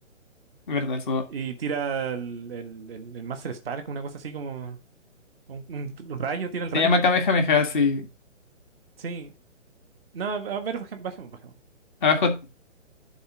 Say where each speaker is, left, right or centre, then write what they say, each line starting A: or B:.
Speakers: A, on the left; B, in the centre.
A: Es verdad, eso.
B: y tira el, el, el- el Master Spark, una cosa así como un, un rayo, tira el rayo.
A: Se llama Kamehameha, sí.
B: Sí. No, a ver, bajem- bajemos, bajemos.
A: Abajo